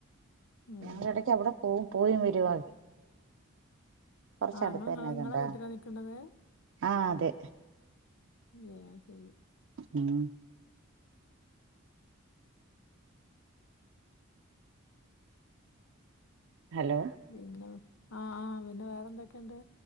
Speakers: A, on the left; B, on the right.
A: ഏ
B: ഞങ്ങൾ ഇടക്ക് ആവിടെ ഓ പോയിയും വരുവാ കുറച്ചടുത്ത്
A: ആ ഇങ്ങള്
B: തന്നെ ആതൊണ്ട
A: ഇങ്ങളെ വീട്ടിലാ നിക്ക്ണത്
B: ആഹ് അതെ
A: ആഹ് ശരി
B: ഉം ഹലോ
A: പിന്നെ ആഹ് ആഹ് പിന്നെ വേറെ എന്തൊക്കെയുണ്ട്